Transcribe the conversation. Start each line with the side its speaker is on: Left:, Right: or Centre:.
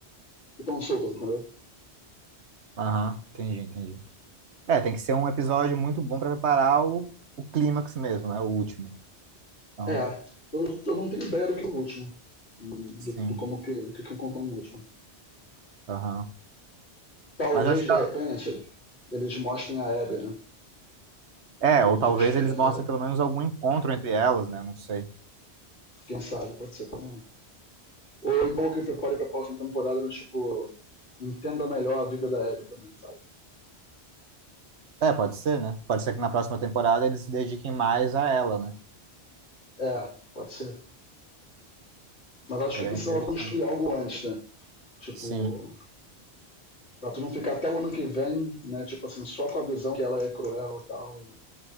Left: estão soltas, entendeu?
Right: Aham, entendi, entendi. É, tem que ser um episódio muito bom pra preparar o, o clímax mesmo, né? O último. Então,
Left: É, eu, eu não tenho ideia do que é o último, do,
Right: sim.
Left: do como que, que, que eu conto no último.
Right: Aham.
Left: Talvez,
Right: Mas eu acho
Left: de
Right: que.
Left: repente, eles mostrem a Abby, né?
Right: É,
Left: ponto
Right: ou talvez
Left: de vista
Right: eles
Left: da
Right: mostrem
Left: Abby.
Right: pelo menos algum encontro entre elas, né? Não sei.
Left: Quem sabe, pode ser também. Ou é bom que ele prepare pra próxima temporada do tipo. Entenda melhor a vida da Abby também, sabe?
Right: É, pode ser, né? Pode ser que na próxima temporada eles se dediquem mais a ela, né?
Left: É, pode ser. Mas acho
Right: Seria
Left: que eu precisava
Right: interessante.
Left: construir algo antes, né? Tipo,
Right: Sim,
Left: pra tu não ficar até o ano que vem, né? Tipo assim, só com a visão que ela é cruel e tal.